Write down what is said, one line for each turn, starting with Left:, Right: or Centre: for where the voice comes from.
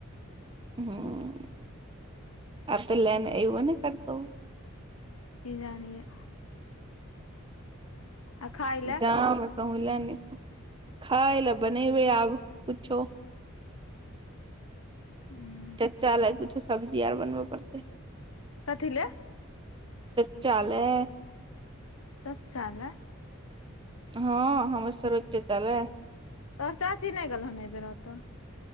Right: ह आत लैन ऐव नहि करतौ
Left: कि जानऐ आ खाय लए
Right: गाँव मे कहू लए ने खाय लए बनेबै आब कुछो
Left: हू
Right: चचा लग कुछु सब्जी आर बनबे पड़तै
Left: कथि ले
Right: चचा ले
Left: सच्चाल
Right: हँ हमर सर्वोच्च चालय
Left: तोहर चाची नहि गेलहन एहि बेर ओतऽ